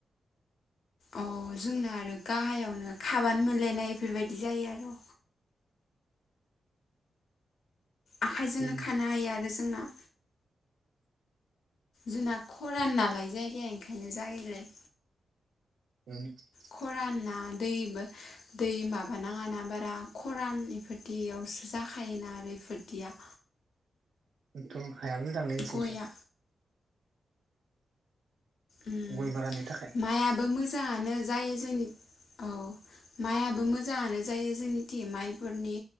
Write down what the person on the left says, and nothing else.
अ जोंना आरो गाहायावनो खाबानो मोनलायनाय ऐफोरबायदि जायो आरो। आखाइजोंनो
खानो हायो आरो जोंना। जोंना खरान नालाय जायगाया ओंखायनो जायोलाय।
खराना दैबो दै माबाानाङाना बारा खरान इफोरदियावसो जाखायोना आरो इफोरदिया
गया उम
माइआबो मोजाङानो जायो जोंनि औ माइयाबो मोजाङानो जायो जोंनिथि माइफोरनि